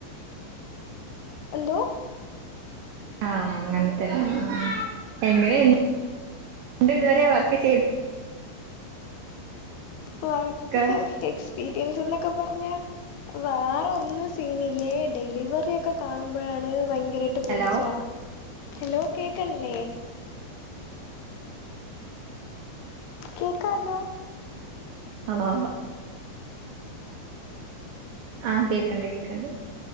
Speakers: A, on the left; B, on the right.
A: എന്തോ
B: ആഹ അങ്ങനത്തെരാ എങ്ങ രണ്ട്
A: ഉം
B: ഇതുവരെ വർക്ക് ചെയ്തു
A: വർക്ക്
B: ഒക്കെ
A: എക്സ്പീരിയൻസ് എന്നൊക്കെ പറഞ്ഞ. വാറെ ഒന്നും ചെയ്യുന്നില്ലേ ഡെലിവറി ഒക്കെ കാണുമ്പോഴാണ് ഭയ് ബകറീട്ട് പേടിച്ചോളാ
B: ഹലോ
A: ഹലോ കേക്കണില്ലേ? കേക്കാലോ?
B: ഹണോ ആഹ് കേക്കണ്ട് കേക്കണ്ട്.